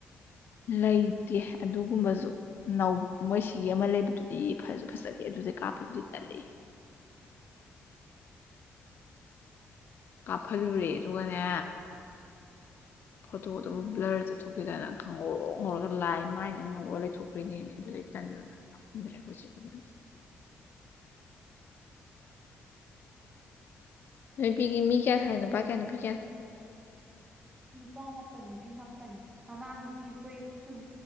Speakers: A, on the left; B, on the right.
A: ꯂꯩꯇꯦ ꯑꯗꯨꯒꯨꯝꯕꯁꯨ ꯅꯧ ꯃꯣꯏꯁꯤ ꯑꯃ ꯂꯩꯕꯗꯨꯗꯤ ꯐꯁꯨ ꯐꯖꯗꯦ ꯑꯗꯨꯁꯦ ꯀꯥꯞꯄꯗꯨꯗꯤ ꯇꯜꯂꯤ <inaudible> ꯀꯥꯞꯍꯜꯂꯨꯔꯦ ꯑꯗꯨꯒꯅꯦ ꯐꯣꯇꯣꯗꯨꯕꯨ
B: ꯎꯝ
A: ꯕ꯭ꯂꯔ ꯆꯠꯊꯣꯛꯈꯤꯦꯗꯅ ꯈꯪꯍꯧꯔ ꯉꯧꯔꯒ ꯂꯥꯏ ꯃꯥꯏꯗꯅ ꯉꯧꯔꯒ ꯂꯩꯊꯣꯛ ꯄꯨꯈꯨꯔꯤꯅꯦꯅꯦ ꯑꯗꯨꯗꯩ ꯇꯟꯗꯗꯅ ꯀꯥꯞꯍꯟꯗ꯭ꯔꯦ ꯑꯩꯈꯣꯏꯁꯦ ꯀꯃ ꯅ ꯄꯤ ꯃꯤ ꯀꯌꯥ ꯊꯥꯏꯅ ꯄ ꯀꯌꯥ ꯅꯨ ꯄꯤ
B: ꯅꯨꯄꯥ ꯃꯥꯄꯟ ꯅꯨꯄꯤ ꯃꯥꯄꯟ ꯃꯃꯥꯡꯗ ꯍꯥꯏꯗꯤ ꯑꯩꯈꯣꯏ ꯀꯨꯟ